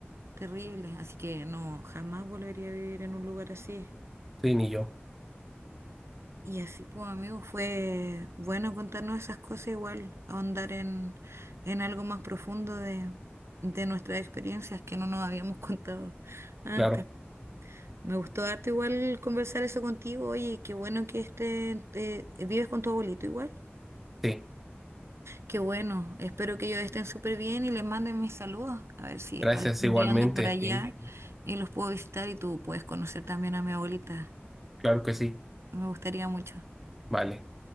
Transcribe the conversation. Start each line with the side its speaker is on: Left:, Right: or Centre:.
Right: terrible. Así que no, jamás volvería a vivir en un lugar así.
Centre: Sí, ni yo.
Right: Y así, pues, amigo, fue bueno contarnos esas cosas, igual, ahondar en, en algo más profundo de, de nuestras experiencias que no nos habíamos <laughs> contado antes.
Centre: Claro,
Right: Me gustó harto igual conversar eso contigo. Oye, qué bueno que estén, eh, eh, vives con tu abuelito igual.
Centre: sí.
Right: Qué bueno. Espero que ellos estén súper bien y les manden mis saludos. A ver si
Centre: Gracias
Right: algún
Centre: igualmente.
Right: día ando por allá
Centre: Sí,
Right: y los puedo visitar y tú puedes conocer también a mi abuelita.
Centre: claro que sí.
Right: Me gustaría mucho.
Centre: Vale.